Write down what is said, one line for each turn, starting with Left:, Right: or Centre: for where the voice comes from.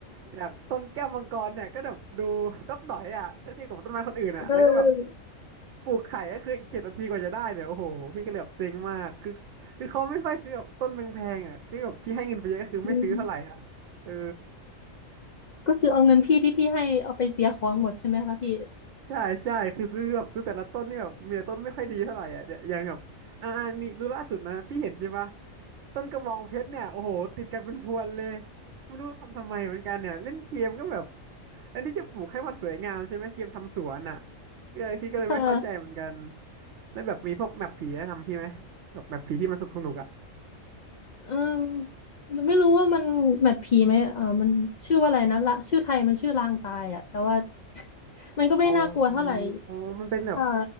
Right: อยากต้นแก้วมังกรเนี่ยก็แบบดูดอกดอยอ่ะถ้าเทียบกับต้นไม้คนอื่นอ่ะแล้วก็แบบ
Left: เออ
Right: ปลูกไข่ก็คืออีกเจ็ดนาทีกว่าจะได้เนี่ยโอ้โหพี่ก็เลยแบบเซ็งมากคือคือเขาไม่ค่อยซื้อแบบต้นแพงๆอ่ะที่แบบที่ให้เงินไปเยอะก็คือไม่ซื้อเท่าไหร่อ่ะเออ
Left: อืมก็คือเอาเงินพี่ที่พี่ให้เอาไปเสียของหมดใช่ไหมคะพี่
Right: ใช่ใช่คือซื้อแบบซื้อแต่ละต้นนี่แบบมีแต่ต้นไม่ค่อยดีเท่าไหร่อ่ะเนี่ยอย่างแบบอ่าอ่านี่ดูล่าสุดนะพี่เห็นใช่ปะต้นกระบองเพชรเนี่ยโอ้โหติดกันเป็นพวนเลยไม่รู้ทำทำไมเหมือนกันเนี่ยเล่นเกมก็แบบอันนี้จะปลูกให้มันสวยงามใช่ไหมเกมทำสวนอ่ะก็เลยพี่ก็เลยไม่เข้าใจเหมือนกัน
Left: <laughs> ค่ะ
Right: แล้วแบบมีพวกแมปผีแนะนำพี่ไหมแบบแมปผีที่มันสนุกสนุกอ่ะ
Left: เอมไม่รู้ว่ามันแมปผีไหมเออมันชื่อว่าอะไรนะละชื่อไทยมันชื่อลางตายอะแต่ว่า <laughs> มันก็ไม่น่ากลัวเท่าไหร่
Right: อ๋ออ๋อมันเป็นแบบ
Left: ค่ะ